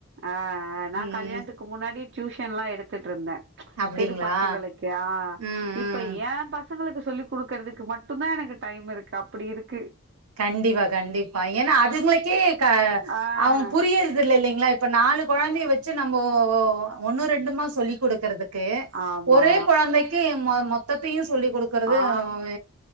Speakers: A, on the right; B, on the right.
A: ஆ நா
B: ம்
A: கல்யாணத்துக்கு முன்னாடி டியூஷன்லா எடுத்துட்டுருந்தே
B: அப்டிங்களா
A: தெரு பசங்களுக்கு ஆ
B: ம்
A: இப்ப
B: ம்
A: ஏம் பசங்களு பசங்ளுக்கு சொல்லி் கொடுக்கறதுக்கு மட்டும்தான் எனக்கு டைம் இருக்கு அப்டி இருக்கு
B: கண்டிப்பா கண்டிப்பா ஏன்னா அதுங்களுக்கே க
A: ஆ
B: அவங் புரியறது இல்லைங்களா இப்ப நாலு குழந்தைய வச்சு நம்ம ஒன்னு ரெண்டுமா சொல்லி கொடுக்கறது ஓகே
A: ஆமா
B: ஒரே குழந்தைக்கு மொ மொத்த <unintelligible> சொல்லி் கொடுக்கறது
A: ஆ
B: அவங்க